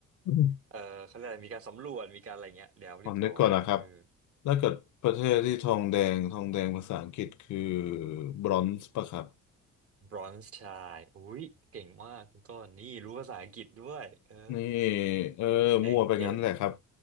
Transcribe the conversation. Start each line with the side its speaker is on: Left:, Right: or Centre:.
Left: อืม
Right: เอ่อเขาเรียกอะไรมีการสำรวจมีการอะไรเงี้ยแล้วเรียบร้อยเออ
Left: ผอนึกก่อนนะครับถ้าเกิดประเทศที่ทองแดงทองแดงภาษาอังกฤษคือบรอนซ์ปะครับ
Right: บรอนซ์ชายอุ้ยเก่งมากคุณต้นนี่รู้ภาษาอังกฤษด้วยเออ
Left: นี่เออมั่วไปงั้นแหละครับ
Right: เก่งเก่ง